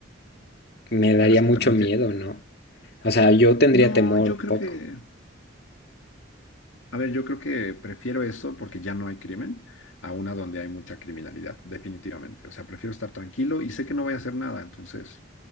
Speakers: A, on the left; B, on the left.
A: me daría
B: pero es
A: mucho
B: que también
A: miedo,
B: que...
A: ¿no? O sea, yo tendría
B: No,
A: temor
B: yo
A: un
B: creo
A: poco.
B: que... A ver, yo creo que prefiero eso porque ya no hay crimen a una donde hay mucha criminalidad, definitivamente. O sea, prefiero estar tranquilo y sé que no voy a hacer nada, entonces